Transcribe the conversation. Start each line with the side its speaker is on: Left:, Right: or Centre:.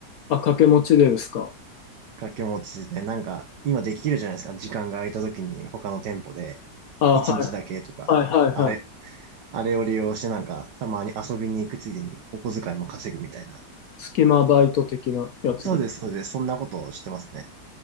Left: あ、掛け持ちでですか。
Right: <laughs> 掛け持ちで、なんか、今できるじゃないですか。時間が空いた時に他の店舗で
Left: あ、
Right: 1日だけとか、
Left: はいはいはいはい。
Right: あれ、あれを利用してなんか、たまに遊びに行くついでにお小遣いも稼ぐみたいな。
Left: 隙間バイト的なやつです。
Right: そうです、そうです。そんなことをしてますね。